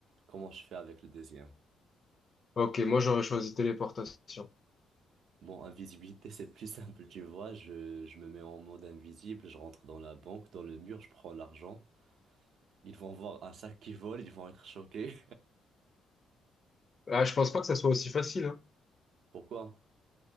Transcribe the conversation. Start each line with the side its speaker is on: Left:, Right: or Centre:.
Right: comment je fais avec le deuxième.
Left: Ok, moi j'aurais choisi téléportation.
Right: Bon, invisibilité, <laughs> c'est plus simple, tu vois. Je, je me mets en mode invisible, je rentre dans la banque, dans le mur, je prends l'argent. Ils vont voir un sac qui vole, ils vont être choqués.
Left: Ah, je pense pas que ça soit aussi facile, hein.
Right: Pourquoi?